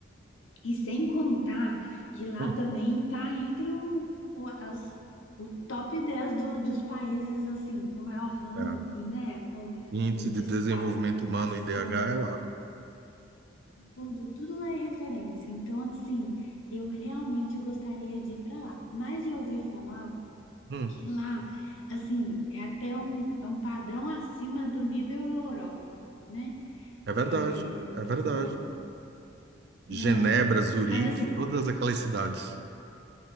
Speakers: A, on the left (about 80°); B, on the right (about 55°).
A: E sem contar que lá
B: hum,
A: também está entre o, o, as- o top 10 do- dos países assim com maior ranking,
B: é.
A: né? Com
B: Índice de
A: destaque
B: Desenvolvimento
A: na educação,
B: Humano, IDH, é lá.
A: tudo, tudo lá é referência. Então, assim, eu realmente gostaria de ir para lá. Mas eu ouvi falar
B: Hum,
A: que lá, assim, é até um, é um padrão acima do nível Europa, né?
B: é verdade,
A: É,
B: é
A: questão.
B: verdade. Genebra,
A: É,
B: Zurique,
A: mas assim,
B: todas aquelas cidades.